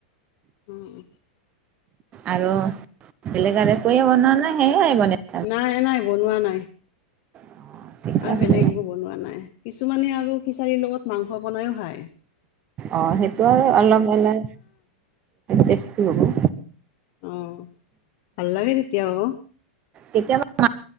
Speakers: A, on the left; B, on the right.
A: উম!
B: আৰু বেলেগ আৰু একোৱেই বনোৱা নাই, সেয়াই বনাইছে আৰু?
A: নাই, নাই, বনোৱা নাই
B: অঁ, ঠিকে
A: আৰু
B: আছে
A: বেলেগ বনোৱা নাই। কিছুমানে আৰু খিচাৰীৰ লগত মাংস বনাইও খায়।
B: অ'! সেইটো আৰু অলপ মানে, টেষ্টি হ'ব।
A: অ'! ভাল লাগে তেতিয়াও।
B: কেতিয়াবা